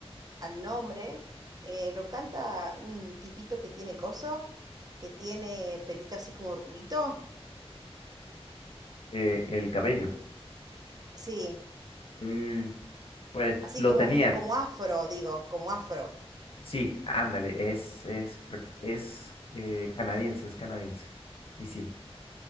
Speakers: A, on the right; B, on the left.
A: al nombre. eh, lo canta un tipito que tiene coso, que tiene pelito así como rulito.
B: eh, el cabello.
A: Sí,
B: Mm, pues
A: así
B: lo
A: como,
B: tenía.
A: como afro, digo, como afro.
B: Sí, ándale, es, es, creo que es eh, canadiense, es canadiense. Y sí,